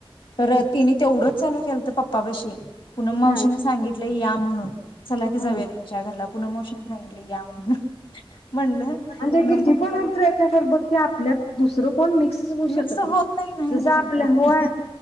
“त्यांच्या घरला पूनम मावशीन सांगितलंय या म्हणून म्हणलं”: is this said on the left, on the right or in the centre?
Left